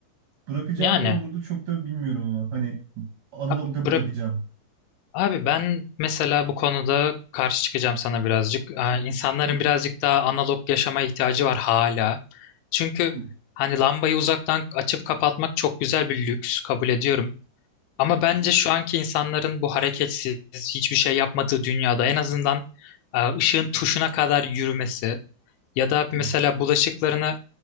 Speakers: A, on the right; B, on the left.
A: Bırakacağım
B: Yani
A: ne olurdu çok da bilmiyorum ama hani analogda
B: abi, bırak
A: bırakacağım.
B: abi ben mesela bu konuda karşı çıkacağım sana birazcık. Eee, insanların
A: <laughs>
B: birazcık daha analog yaşama ihtiyacı var hala. Çünkü
A: Hı, hı,
B: hani lambayı uzaktan açıp kapatmak çok güzel bir lüks kabul ediyorum. Ama
A: hı,
B: bence şu anki insanların bu hareketsiz, hiçbir şey yapmadığı dünyada en azından e, ışığın tuşuna kadar yürümesi, Ya da mesela
A: hı.
B: bulaşıklarını